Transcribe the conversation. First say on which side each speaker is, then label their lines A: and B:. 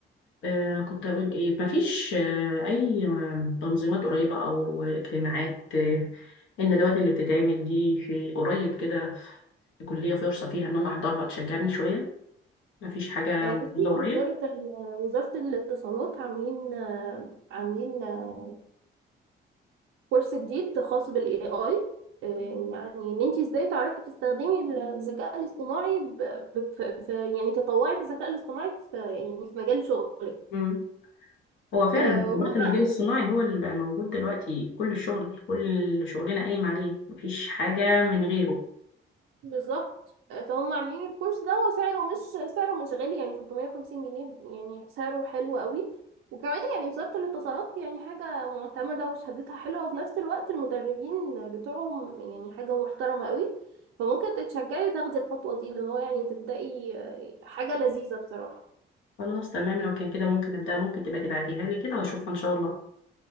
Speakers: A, on the left (about 80°); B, on the right (about 85°).
A: آه كنت أقول إيه مفيش آه أي آه، تنظيمات قريبة أو آه، اجتماعات آه الندوات اللي بتتعمل دي في قريب كده في كلية فرصة فيها إن أنا أحضرها تشجعني شوية مفيش حاجة
B: آه،
A: موجودة
B: بصي
A: قريب
B: وزارة ال- وزارة الاتصالات عاملين آه، عاملين آه، كورس جديد خاص بالاي اي يعني ان انت ازاي تعرفي تستخدمي الذكاء الاصطناعي ب... ب... في... في... يعني تطوعي الذكاء الاصطناعي في يعني في مجال شغلك
A: مم. هو فعلا
B: آه،
A: دلوقتي
B: هو
A: المجال الصناعي هو اللي بقى موجود دلوقتي كل الشغل كل شغلنا قايم عليه مفيش حاجة من غيره
B: بالظبط فهم عاملين الكورس ده وسعره مش سعره مش غالي يعني 350 جنيه يعني سعره حلو قوي وكمان يعني وزارة الاتصالات يعني حاجة معتمدة وشهادتها حلوة وفي نفس الوقت المدربين بتوعهم يعني حاجة محترمة قوي فممكن تتشجعي وتاخدي الخطوة دي اللي هو يعني تبدأي آه، حاجة لذيذة بصراحة
A: خلاص تمام لو كان كده ممكن أبدأ ممكن تبقى تبعتيها لي كده وأشوفها إن شاء الله